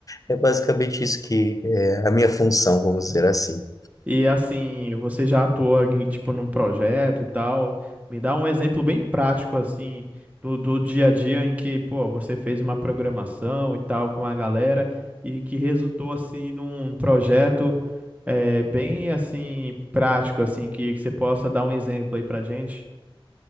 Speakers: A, on the left; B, on the right.
A: é basicamente isso que é a minha função, vamos dizer assim.
B: E assim, você já atuou em, tipo num projeto e tal? Me dá um exemplo bem prático assim do, do dia a dia em que, pô, você fez uma programação e tal com a galera e que resultou assim num projeto é, bem assim prático assim que, que você possa dar um exemplo aí pra gente.